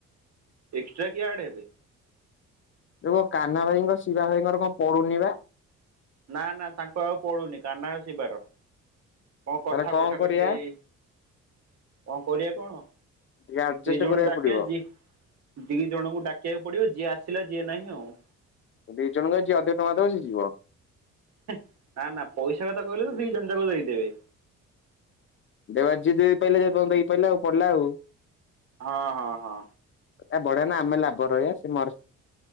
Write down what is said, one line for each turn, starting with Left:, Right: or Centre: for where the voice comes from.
Right: ଏକ୍ସଟ୍ରା କିଏ ଆଡ୍ ହେବେ?
Left: ରୁହ! କାହ୍ନା ଭାଇଙ୍କ, ଶିରା ଭାଇଙ୍କର କଣ ପଡୁନି ବା?
Right: ନା, ନା, ତାଙ୍କ ଆଉ ପଡୁନି। କାହ୍ନା ଆଉ ଶିବାର। କଁ କଥା
Left: ତାହେଲେ କଣ
Right: କଟା
Left: କରିବା
Right: କଟି-ଇ କଣ କରିଆ କଣ?
Left: ଟିକେ ଆଡଜଷ୍ଟ
Right: ଦି ଜଣ
Left: କରିବାକୁ
Right: ଡାକେଚି।
Left: ପଡିବ
Right: ଦି ଜଣଙ୍କୁ ଡାକିଆକୁ ପଡିବ। ଯିଏ ଆସିଲା, ଯିଏ ନାହିଁ ଆଉଁ।
Left: ଦି ଜଣଙ୍କ ଯିଏ ଅଧିକ ଟଆଁ ଦବ, ସେ ଯିବ।
Right: <unintelligible> ନା, ନା, ପଇସା କଥା କହିଲେ ତ ଦି ଜଣ ଯାକ ଦେଇଦେବେ।
Left: ଦେବା ଯିଏ ଦେଇ ପାଇଲା ଯେପନ୍ତ ଦେଇପାଇଲା ଆଉ, ପଡିଲା ଆଉ।
Right: ହଁ ହଁ ହଁ।
Left: ଏ ବଢିଆ ନା ଆମେ ଲାଭ ରହିବା ସେ ମରସ଼୍